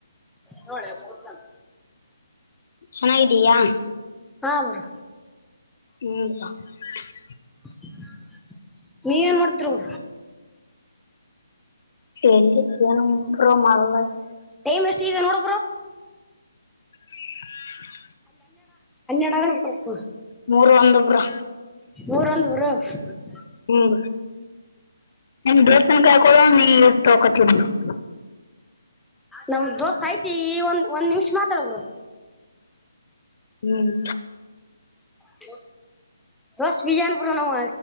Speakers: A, in the centre; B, on the left.
A: ನೋಡ ಹೋದ್ಲ <inaudible>
B: ಚೆನ್ನಾಗಿದ್ದೀಯಾ
A: ಹ ಬ್ರೊ
B: ಹ್ಮ್ಾ <unintelligible>
A: ಹ <inaudible> ನೀವ್ ಏನ್ ಮಾಡಿತ್ರ್ ಬ್ರೊ
B: ಎಲ್ಲಿ ಏನರು ಮಾಡಲ <unintelligible>
A: ಟೈಮ್ ಎಷ್ಟಿದೆ ನೋಡು ಬ್ರೊ
B: ಜಿ <inaudible>
A: ಕೊ <unintelligible>
B: ಮೂರು ಒಂದು ಬ್ರೊ
A: ಊರ ಅಂದ ಬರು <unintelligible>
B: ಹ್ಮ ಬ ಕ ಕೊಕ <unintelligible>
A: ನಮ್ ದೋ ಐತಿ ಈ ಒಂದ್ ಒಂದ್ ನಿಮಿಷ್ ಮಾತಾಡು ಬ್ರೊ
B: ಹ್ಮ್
A: ಕೆ <inaudible> ದೋಸ್ ಬಿಜ ಅನ್ ಬಿ ನಾವವು